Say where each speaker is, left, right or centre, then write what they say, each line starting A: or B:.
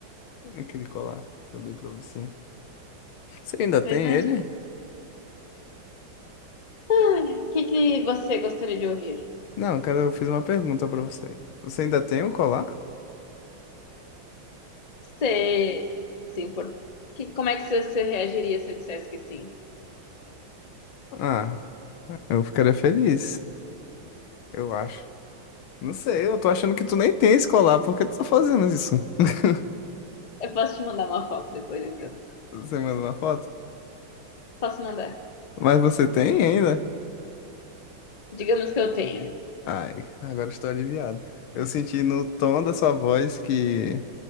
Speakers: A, on the left; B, on the left.
A: Aquele colar que eu dei pra você. Você ainda tem
B: Pois é,
A: ele?
B: o que que você gostaria de ouvir?
A: Não, cara, eu fiz uma pergunta pra você. Você ainda tem o colar?
B: Você, sim, por... que, como é que você reagiria se eu dissesse que sim?
A: Ah, eu ficaria feliz, eu acho. Não sei, eu tô achando que tu nem tem esse colar, por que tu tá fazendo isso? <laughs>
B: Eu posso te mandar uma foto depois, então.
A: Você manda uma foto?
B: Posso mandar.
A: Mas você tem ainda?
B: Digamos que eu tenho.
A: Ai, agora estou aliviado. Eu senti no tom da sua voz que